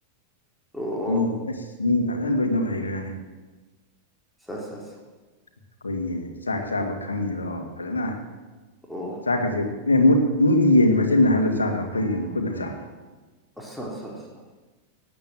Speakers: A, in the centre; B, on the left (about 75°).
A: <unintelligible>
B: ꯃꯤ ꯑꯁ ꯃꯤ ꯐꯖꯅ ꯂꯣꯏꯅꯕ ꯍꯩꯈ꯭ꯔꯥꯅꯤ
A: ꯁꯥ ꯁꯥ
B: ꯑꯩꯈꯣꯏꯒꯤ ꯆꯥꯛ ꯆꯥꯕ ꯈꯪꯉꯤꯗꯣ ꯐꯖꯅ
A: ꯑꯣ
B: ꯆꯥꯛꯀꯁꯦ ꯑꯦ ꯃꯨꯠ ꯃꯤꯗꯤ ꯌꯦꯟꯅꯤ ꯃꯆꯤꯟꯅ ꯍꯜꯂꯒ ꯆꯥꯗ꯭ꯔꯣ ꯑꯩꯈꯣꯏꯒꯤ ꯈꯨꯠꯅ ꯆꯥꯏ
A: ꯑꯆꯥ ꯑꯆꯥ ꯑꯆꯥ